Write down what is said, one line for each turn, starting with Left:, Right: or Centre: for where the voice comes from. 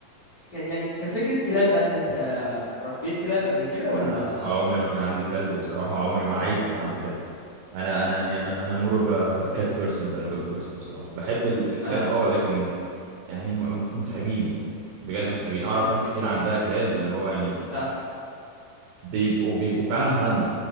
Left: كان يعني كفكرة كلاب بقى انت انت ربيت كلاب قبل كده
Right: انا
Left: ولا
Right: آه، عمري ما كان عندي كلب وبصراحه عمري ما عايز يبقى عندي كلب انا انا يعني انا انا مور اوف كات بيرسون than a dog person بصراحه بحب ال- الكلاب
Left: اه
Right: اه ولكن يعني م- متعبين بجد متعبين اعرف ناس كتير عندها كلاب اللي هو يعني
Left: اه
Right: بيبقوا بيبقوا فعلا هم